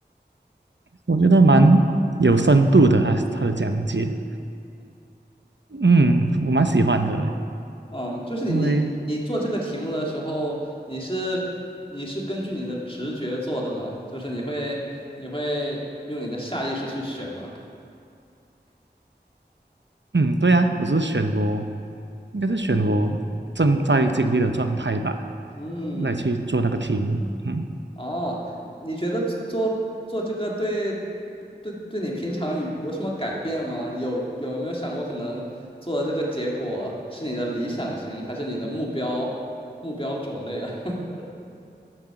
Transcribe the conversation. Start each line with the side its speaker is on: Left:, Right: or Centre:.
Right: 我觉得蛮有深度的，他他的讲解，嗯，我蛮喜欢的，
Left: 嗯，就是你你你做这个题目的时候，
Right: 因为，
Left: 你是你是根据你的直觉做的吗？就是你会你会用你的下意识去选吗？
Right: 嗯，对啊，我是选我，应该是选我正在经历的状态吧，
Left: 嗯，
Right: 来去做那个题目，嗯，
Left: 哦，你觉得做做这个对对对你平常有有什么改变吗？有有没有想过可能做的这个结果是你的理想型，还是你的目标目标种类啊？<laughs>